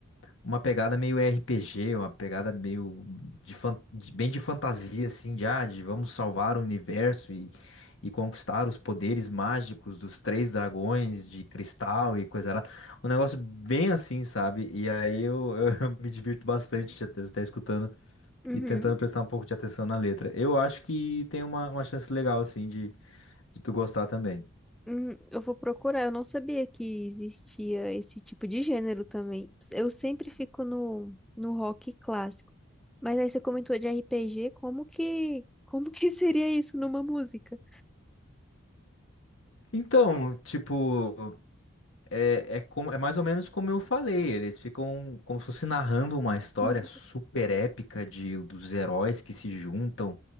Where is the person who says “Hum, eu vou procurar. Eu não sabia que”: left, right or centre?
Centre